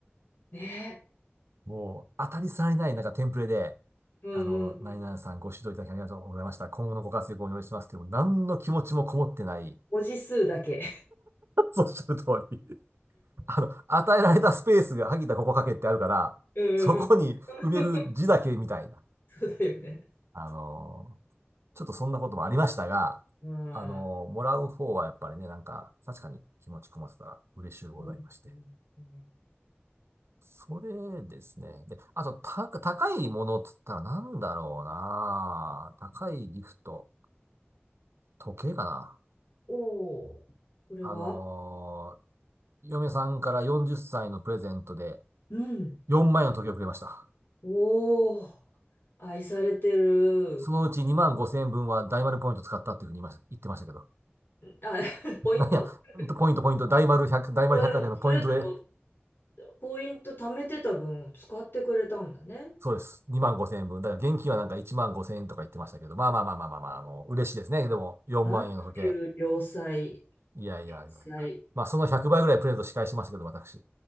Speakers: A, on the left; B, on the right.
A: ね。
B: もう、当たり障りない、なんかテンプレで、
A: うんうん。
B: あの、何々さんご指導いただきありがとうございました。今後のご活躍をお祈りしますっていう、もう何の気持ちもこもってない、
A: 文字数だけ。
B: そうおっしゃる通り。あの、与えられたスペースが、萩田ここ書けってあるから、
A: <laughs> うんうん。
B: そこに埋める字だけみたいな。
A: <laughs> そうだよね。
B: あのーちょっとそんなこともありましたが、
A: ああ、
B: あのーもらう方はやっぱりね、なんか、確かに気持ちこもってたら嬉しゅうございまして。
A: うんうんうん
B: それですね。で、あと、た、高いものっつったらなんだろうな。高いギフト。時計かな。
A: おおー、これは
B: あのー嫁さんから40歳のプレゼントで
A: うん。
B: 4万円の時計をくれました。
A: おお。愛されてる。
B: そのうち2万5千円分は大丸ポイント使ったっていうふうに言いました、言ってましたけど。
A: あ、<laughs> ポイント
B: なんや、
A: <laughs>
B: ポイント、ポイント、大丸1大丸百貨店のポイントで、
A: あ、でも、それでも、ポイント貯めてた分を使ってくれたんだね。
B: そうです。2万5千円分。だから現金はなんか1万5千円とか言ってましたけど、まあまあまあまあまあまあ、もう嬉しいですね。でも、4万円の時計。
A: なんていう良妻、
B: いやいやいやいや。
A: 妻、
B: まあ、その100倍ぐらいプレゼント仕返しましたけど、私。